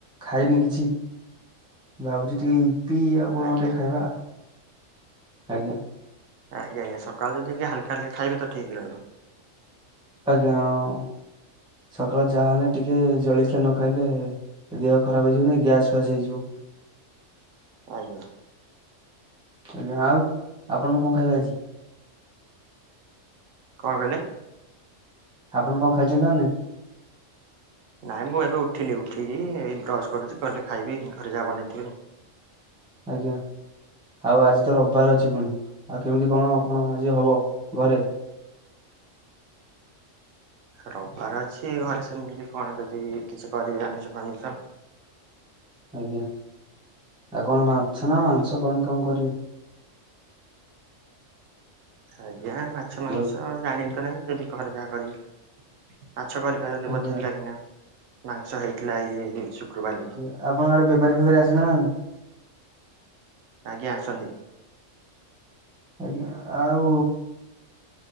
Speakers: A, in the centre; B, on the right (about 85°).
A: ଖାଇନି କିଛି। ଭାବୁଚି ଟିକେ ଇପି ଆଉ କଣ
B: ଆଜ୍ଞା
A: ଟିକେ ଖାଇବା। ଆଜ୍ଞା।
B: ଆଜ୍ଞା ଆଜ୍ଞା ସକାଳୁ ଯଦି ଟିକ ହାଲକା ହାଲକା ଖାଇବେ ତ ଠିକ୍ ରହିବ।
A: ଆଜ୍ଞା ହଁ ସକାଳ ଚା ହେନେ ଟିକେ ଜଳଖିଆ ନ ଖାଇଲେ ଦେହ ଖରାପ ହେଇଯିବନେଇ ଗ୍ୟାସ୍ ଫ୍ୟାସ୍ ହେଇଯିବ।
B: ଆଜ୍ଞା।
A: ଏ ଆଉ ଆପନ କଁ ଖାଇବେ ଆଜି?
B: କଣ କହିଲେ?
A: ଆପଣ କଁ ଖାଇଚନ୍ତି ନାଁ ନାଇଁ?
B: ନାଇଁ ମୁଁ ଏବେ ଉଠିଲି ଉଠିକି ଏଇ ବ୍ରସ୍ କରୁଚି ଗଲେ ଖାଇବି ଘରେ ଯାହା ବନେଇଥିବେ।
A: ଆଜ୍ଞା। ଆଉ ଆଜି ତ ରବାର ଅଛି ପୁଣି ଆଉ କେମିତି କଣ କଣ ଆଜି ହବ ଘରେ?
B: ରବାର ଅଛି ଘରେ ସେମିତି କଣ ଯଦି କିଛି କରିବେ ଆମିଷ ଫାମିଷ।
A: ଆଜ୍ଞା ଆଉ କଣ ମାଂଛ ନା
B: ଆଜ୍ଞା।
A: ମାଂସ କଣ କମ୍ କରିବେ?
B: ଆଜ୍ଞା ମାଛ
A: ହ୍ୟାଲୋ
B: ମାଂସ ଜାଣି ତ ନାହିଁ ଯଦି ଘରେ ଯାହା କରିବେ ମାଛ କରି ପାରନ୍ତି
A: ଆଜ୍ଞା।
B: ବୋଧେ କାହିଁକି ନା ମାଂସ ହେଇଥିଲା ଏଇ ଶୁକ୍ରବାର ଦିନ।
A: ଆଉ ଆପଣ ଆଡ଼େ ବେପାରୀ ଫେପାରି ଆସନ୍ତି ନା ନାହିଁ?
B: ଆଜ୍ଞା ଆସନ୍ତି।
A: ଆଜ୍ଞା ଆଉ